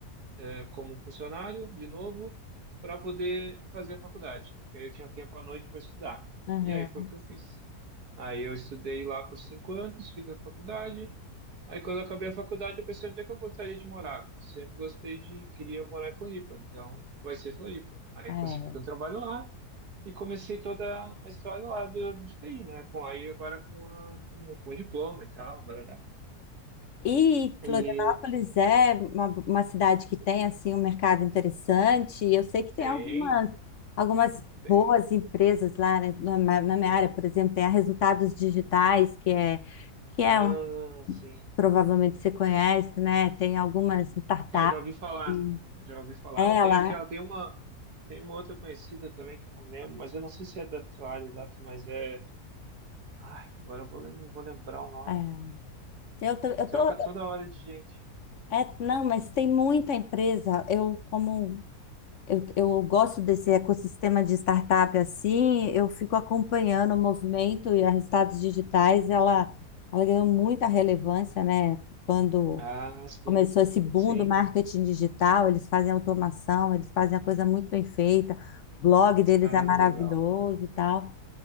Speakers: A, on the right; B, on the left.
A: eh, como funcionário de novo para poder fazer a faculdade, porque aí eu tinha tempo à noite para estudar.
B: aham,
A: E aí foi o que eu fiz. Aí eu estudei lá por cinco anos, fiz a faculdade, Aí quando eu acabei a faculdade, eu pensei onde é que eu gostaria de morar. Sempre gostei de, queria morar em Floripa, então vai ser Floripa. Aí
B: é.
A: consegui um trabalho lá e comecei toda a história lá do, de TI, né? Com aí agora com, a, com, com o diploma e tal, barará.
B: E
A: E
B: Florianópolis é uma, uma cidade que tem assim um mercado interessante. Eu sei que tem
A: tem,
B: algumas, algumas
A: tem.
B: boas empresas lá, né? Na, ma- na minha área, por exemplo, tem a Resultados Digitais, que é, que é
A: Ah,
B: um
A: sim.
B: provavelmente você conhece, né? Tem algumas startups.
A: Sim, eu já ouvi falar,
B: Sim.
A: já ouvi falar.
B: Ela,
A: Tem aquela, tem uma, tem uma outra conhecida também que eu não lembro, mas eu não sei se é da tua área exata, mas é. Ai, agora eu vou, lem- não vou lembrar o nome.
B: é, eu tô, eu
A: Que troca
B: tô,
A: toda hora de gente.
B: é, não, mas tem muita empresa. Eu, como eu, eu gosto desse ecossistema de startup assim, eu fico acompanhando o movimento e a resultados digitais. Ela, ela ganhou muita relevância, né? Quando
A: Ah, sim.
B: começou esse boom
A: Sim.
B: do marketing digital, eles fazem automação, eles fazem a coisa muito bem feita. O blog deles
A: Ah,
B: é maravilhoso
A: legal.
B: e tal.